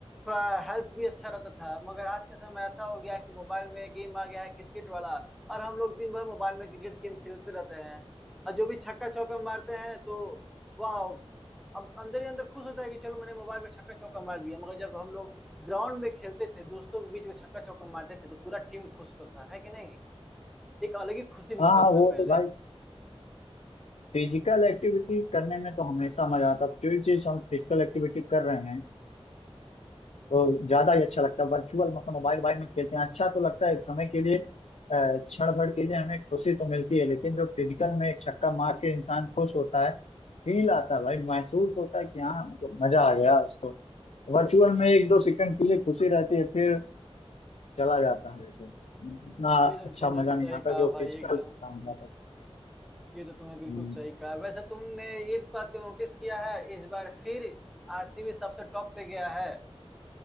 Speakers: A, in the centre; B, on the left.
A: थोड़ा हेल्थ भी अच्छा रहता था मगर आज के समय ऐसा हो गया है कि मोबाइल में गेम आ गया है क्रिकेट वाला और हम लोग दिन भर मोबाइल में क्रिकेट गेम खेलते रहते हैं और जो भी छक्का चौका मारते हैं तो वाह अब अंदर ही अंदर खुश होता है कि चलो मैंने मोबाइल में छक्का चौका मार दिया मगर जब हम लोग ग्राउंड में खेलते थे दोस्तों के बीच में छक्का चौका मारते थे तो पूरा टीम खुश होता था है कि नहीं एक अलग ही खुशी
B: हाँ,
A: मिलता
B: वो
A: था पहले
B: तो भाई फिजिकल एक्टिविटी करने में तो हमेशा मजा आता है जो चीज हम फिजिकल एक्टिविटी कर रहे हैं तो ज्यादा ही अच्छा लगता है वर्चुअल मतलब मोबाइल मोबाइल में खेलते हैं अच्छा तो लगता है एक समय के लिए अ, क्षण भर के लिए हमें खुशी तो मिलती है लेकिन जो फिजिकल में एक छक्का मार के इंसान खुश होता है फील आता है भाई महसूस होता है कि हाँ मतलब मजा आ गया उसको वर्चुअल में एक दो सेकंड के लिए खुशी रहती है फिर चला जाता है जैसे उतना
A: ये तो
B: अच्छा
A: तुमने
B: मजा
A: सही
B: नहीं आता
A: कहा
B: जो
A: भाई
B: फिजिकल
A: एकदम
B: काम जाता है
A: ये तो तुमने बिल्कुल
B: हम्म।
A: सही कहा वैसे तुमने ये बात को नोटिस किया है इस बार फिर आरसीबी सबसे टॉप पे गया है